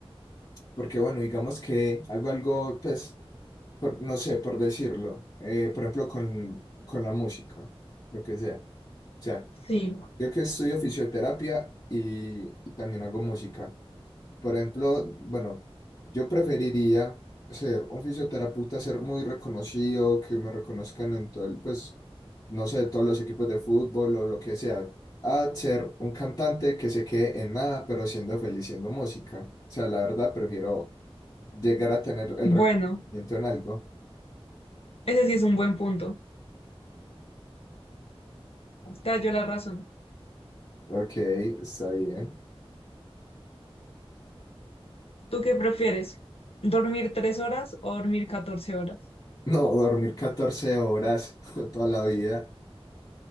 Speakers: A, on the left; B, on the left.
A: porque, bueno, digamos que hago algo, pues, por- no sé, por decirlo. eh, por ejemplo, con, con la música, lo que sea. O sea,
B: Sí,
A: yo que estudio fisioterapia y, y también hago música. Por ejemplo, bueno, yo preferiría ser un fisioterapeuta, ser muy reconocido, que me reconozcan en todo el, pues, no sé, todos los equipos de fútbol o lo que sea, a ser un cantante que se quede en nada, pero siendo feliz siendo música. O sea, la verdad, prefiero llegar a tener el
B: bueno,
A: reconocimiento en algo.
B: ese sí es un buen punto. Te yo la razón.
A: Ok, está bien.
B: ¿Tú qué prefieres? ¿Dormir tres horas o dormir 14 horas?
A: No, dormir 14 horas <laughs> toda la vida.